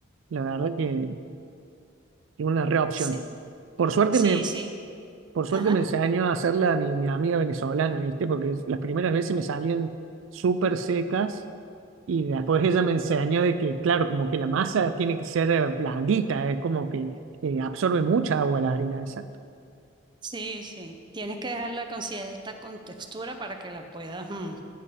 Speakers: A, on the right (about 75°); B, on the right (about 25°).
A: La verdad que es una re opción.
B: sí,
A: Por suerte
B: sí,
A: me,
B: sí,
A: por suerte
B: ajá,
A: me enseñó a hacerla mi, mi amiga venezolana, ¿viste? Porque las primeras veces me salían súper secas y después ella me enseñó de que, claro, como que la masa tiene que ser eh, blandita, es como que eh, absorbe mucha agua la harina esa.
B: sí, sí. Tienes que dejarla con cierta contextura para que la puedas mm,